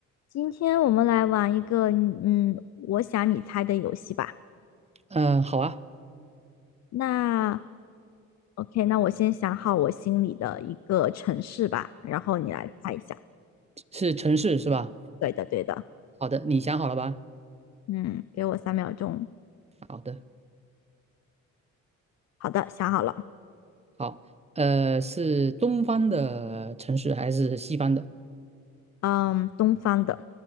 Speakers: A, on the left (about 60°); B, on the right (about 20°).
A: 今天我们来玩一个，嗯，我想你猜的游戏吧。
B: 嗯，好啊，
A: 那 OK，那我先想好我心里的一个城市吧，然后你来猜一下。
B: 是城市是吧？
A: 对的，对的，
B: 好的，你想好了吧？
A: 嗯，给我三秒钟。
B: 好的，
A: 好的，想好了。
B: 好，呃，是东方的城市还是西方的？
A: 嗯，东方的，